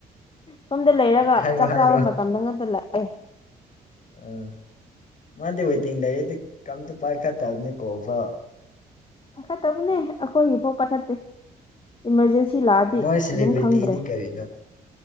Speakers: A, on the left (about 30°); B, on the left (about 50°).
A: ꯁꯣꯝꯗ ꯂꯩꯔꯒ
B: ꯍꯥꯏꯔꯣ
A: ꯆꯥꯛ
B: ꯍꯥꯏꯔꯣ
A: ꯆꯥꯕ ꯃꯇꯝꯗ ꯉꯥꯛꯇ ꯂꯥꯛꯑꯦ
B: ꯎꯝ ꯃꯥꯗꯤ ꯋꯦꯇꯤꯡ ꯂꯩꯔꯗꯤ ꯀꯝꯇ ꯄꯥꯏꯈꯠꯇꯕꯅꯤꯀꯣꯐ
A: ꯄꯥꯈꯠꯇꯕꯅꯦ ꯑꯩꯈꯣꯏꯒꯤꯐꯥꯎ ꯄꯥꯈꯠꯇꯦ ꯏꯃꯥꯔꯖꯦꯟꯁꯤ ꯁꯤ ꯂꯥꯛꯑꯗꯤ
B: ꯃꯣꯏ ꯁꯦꯂꯤꯕ꯭ꯔꯤꯇꯤꯅꯤ
A: ꯑꯗꯨꯝ ꯈꯪꯗ꯭ꯔꯦ
B: ꯀꯔꯤꯅꯣ